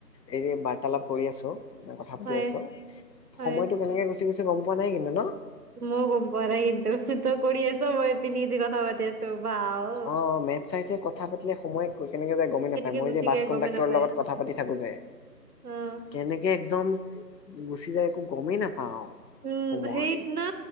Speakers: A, on the left; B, on the right.
A: এই বাৰ্তালাপ কৰি আছোঁ। কথা পাতি
B: হয়
A: আছোঁ,
B: হয়
A: সময়টো কেনেকৈ গুচি গৈছে গম পোৱা নাই কিন্তু ন?
B: মইয়ো গম পোৱা নাই কিন্তু, তই কৰি আছ মই <unintelligible> দি কথা পাতি আছো। ৱাও!
A: অঁ মেটচ চাই চাই কথা পাতিলে সময় কেনেকে যায় গমেই
B: কেনেকে
A: নাপায়। মই
B: গুচি
A: যে বাছ
B: গৈ
A: কণ্ডাক্টৰৰ
B: গমেই নাপায়
A: লগত কথা পাতি থাকোঁ যে।
B: অ'।
A: কেনেকে একদম গুচি যায়, একো গমেই নাপাওঁ।
B: উম
A: সময়
B: সেইত না